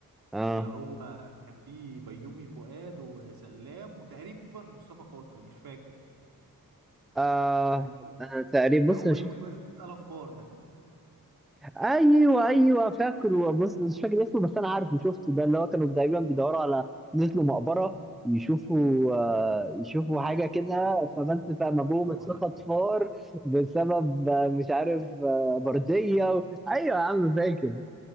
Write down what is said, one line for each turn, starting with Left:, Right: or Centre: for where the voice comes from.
Centre: اه
Right: اللي هو كان فيه بيومي فؤاد وسلام وتقريبا مصطفى خاطر مش فاكر
Centre: آه
Right: اللي هو
Centre: أنا تقريبا
Right: اللي
Centre: بص
Right: هو بيومي
Centre: أنا شفت
Right: فؤاد اتقلب فار ده
Centre: ايوه ايوه فاكره بص مش فاكر اسمه بس انا عارفه شفته ده اللي هو كانوا دايما بيدوروا على نزلوا مقبره يشوفوا آه، يشوفوا حاجه
Right: ايوه
Centre: كده فبس فقام
Right: الله
Centre: ابوهم
Right: ينور
Centre: اتسقط
Right: عليك
Centre: فار بسبب آه، مش عارف آه، برديه و... ايوه يا عم فاكر